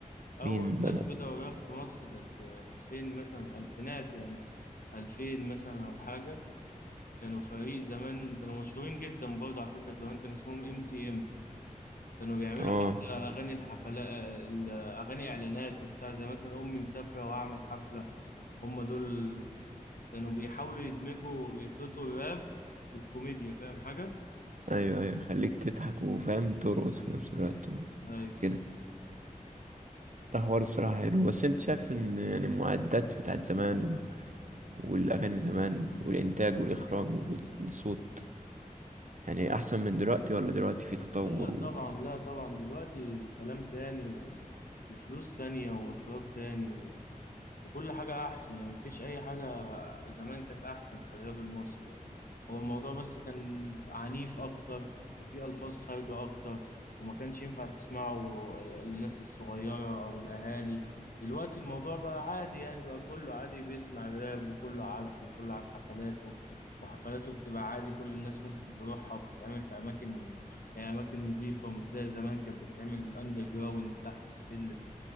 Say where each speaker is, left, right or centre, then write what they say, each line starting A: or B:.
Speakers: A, on the left; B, on the right.
A: أول
B: مين بدأ
A: ناس بدأوا الراب في مصر كانت في 2000 مثلا ألفينات يعني 2000 مثلا أو حاجة كانوا فريق زمان كانوا مشهورين جدا برضه على فكرة زمان كان اسمهم ام تي ام كانوا بيعملوا
B: اه
A: حتى أغاني الحفلات أغاني إعلانات وبتاع زي مثلا أمي مسافرة وأعمل حفلة هم دول كانوا بيحاولوا يدمجوا ويخلطوا الراب بالكوميديا فاهم حاجة؟
B: ايوه ايوه خليك تضحك وفاهم ترقص في نفس الوقت وكده
A: أيوة
B: ده حوار الصراحة حلو بس انت شايف ان يعني المعدات بتاعت زمان و... والأغاني زمان والإنتاج والإخراج والصوت يعني أحسن من دلوقتي ولا دلوقتي في تطور
A: لا طبعا
B: و...
A: لا طبعا دلوقتي كلام تاني و... وفلوس تانية وإخراج تاني وكل حاجة أحسن يعني مفيش أي حاجة زمان كانت أحسن في الراب المصري يعني هو الموضوع بس كان عنيف أكتر وفيه ألفاظ خارجة أكتر وما كانش ينفع تسمعه ال- الناس الصغيرة أو الأهالي دلوقتي الموضوع بقى عادي يعني بقى كله عادي بيسمع الراب وكله عارفه وكله عارف حفلاته وحفلاته بتبقى عادي كل الناس ممكن تروحها وبتتعمل في أماكن يعني أماكن نظيفة مش زي زمان كانت بتتعمل أندر جراوند تحت السلم